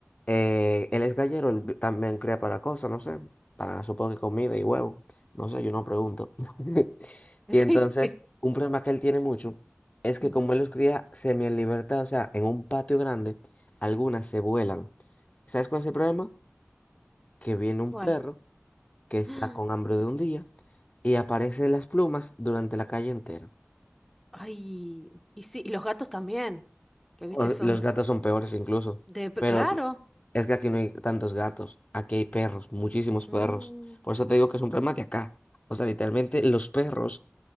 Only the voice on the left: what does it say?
eh, él es gallero, él vi- también cría para cosas, no sé, para supongo que comida y huevo. No sé, yo no pregunto. <laughs>
Y
entonces, un problema que él tiene mucho es
que como él los cría semi en libertad, o sea, en un patio grande, algunas se vuelan. ¿Sabes cuál es el problema? Que viene un
perro que está
con hambre de un día y aparece las plumas durante la calle entera.
O-
Los gatos son peores incluso,
pero
es que aquí no hay tantos gatos, aquí hay perros, muchísimos perros.
Por eso te digo que es un problema de acá. O sea, literalmente los perros,